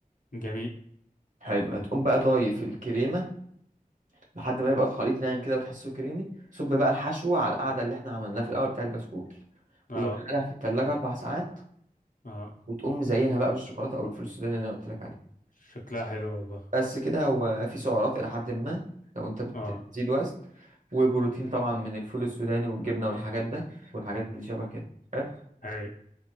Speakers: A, on the left; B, on the right.
A: جميل
B: حلو هتقوم بقى ضايف الكريمة لحد ما يبقى الخليط ناعم كده وتحسه كريمي صب بقى الحشو على القعدة اللي احنا عملناها في الأول بتاع البسكوت
A: اه
B: ودخلها في التلاجة أربع ساعات
A: اه
B: وتقوم مزينها بقى بالشوكولاتة أو الفول السوداني اللي أنا قلت لك عليه
A: شكلها حلو والله
B: بس كده هو في سعرات إلى حد ما لو أنت بت-
A: اه
B: بتزيد وزن وبروتين طبعا من الفول السوداني والجبنة والحاجات ده والحاجات اللي شبه كده حلو؟
A: اي